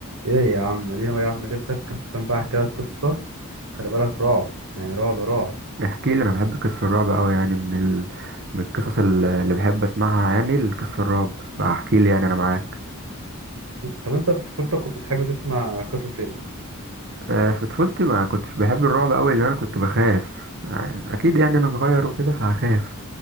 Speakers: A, on the right; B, on the right.
A: ايه يا عم اديني هو يا عم جبتك عشان بقى احكي لك قصه خلي بالك رعب يعني رعب رعب
B: احكي لي انا بحب قصص الرعب قوي يعني من ال... من القصص ال- اللي بحب اسمعها يعني القصص الرعب احكي لي يعني انا معاك
A: طب انت في طفولتك كنت بتحب تسمع قصص ايه
B: آه، في طفولتي ما كنتش بحب الرعب قوي لان انا كنت بخاف يعني اكيد يعني انا صغير وكده فهخاف